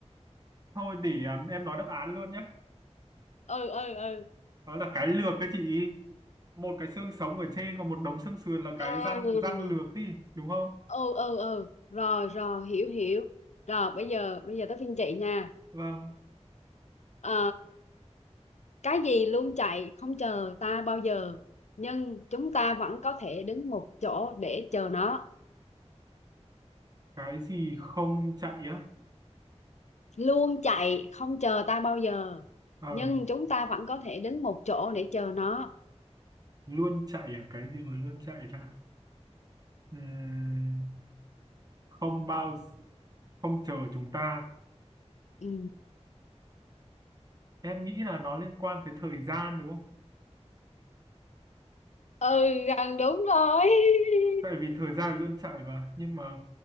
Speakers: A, on the right; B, on the left.
A: thôi để um, em nói đáp án luôn nhé
B: ừ ừ ừ
A: đó là cái lược cái chị một cái xương sống ở trên còn một đống xương sườn là cái
B: à
A: răng
B: ừ
A: răng lược đi đúng không
B: ừ ừ rồi rồi hiểu hiểu rồi bây giờ bây giờ tới phiên chị nha
A: vâng
B: Ờ, cái gì luôn chạy không chờ ta bao giờ nhưng chúng ta vẫn có thể đứng một chỗ để chờ nó
A: cái gì không chạy á
B: luôn chạy không chờ ta bao giờ
A: ờ
B: nhưng chúng ta vẫn có thể đến một chỗ để chờ nó
A: luôn chạy à cái gì mà luôn chạy ta Ừm, không bao gi- không chờ chúng ta
B: ừ,
A: em nghĩ là nó liên quan tới thời gian đúng không
B: ừ gần đúng rồi <laughs>
A: tại vì thời gian là luôn chạy mà nhưng mà